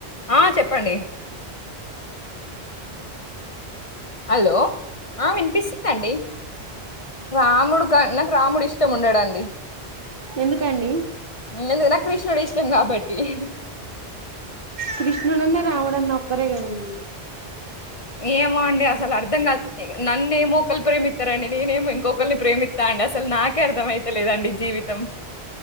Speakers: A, on the left; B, on the right.
A: ఆ చెప్పండి హలో ఆ వినిపిస్తుందండి రాముడు నాకు రాముడు ఇష్టం ఉండడండి
B: ఎందుకండి
A: ఎందుకు నాకు కృష్ణుడు ఇష్టం కాబట్టి.
B: కృష్ణుడున్నా రాముడున్న ఒక్కరే కదండి
A: ఏమో అండి అసలు అర్థం కాదు నన్నేమ ఒకని ప్రేమిస్తారండి నేనేమి ఇంకొకరిని ప్రేమిస్తా అండి అసలు నాకే అర్థంమయితలేదండి జీవితం